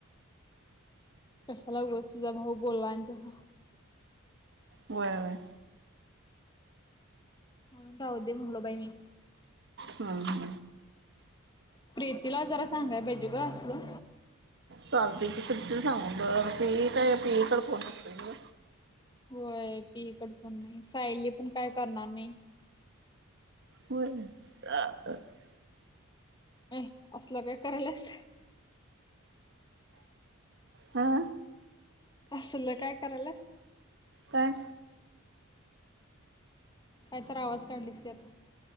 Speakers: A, on the left (about 20°); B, on the right (about 55°).
A: कशाला उगच तुझा भाऊ बोलला आणि तस
B: व्हय व्हय.
A: म्हणून राहू दे म्हणलो बाई मी
B: हा हा.
A: प्रीतीला जरा सांगायला पाहिजे गं असलं.
B: चालतंय की प्रीतीला सांगून बघ पीयी काय पीयी कड फोन नसतोय ग
A: होय पी कड फोन नाही, सायली पण काय करणार नाही.
B: होय. <unintelligible>
A: ये असलं काय कराल्यास.
B: हा.
A: असल काय कराल्यास
B: काय
A: काय तर, आवाज काढलीस की आता.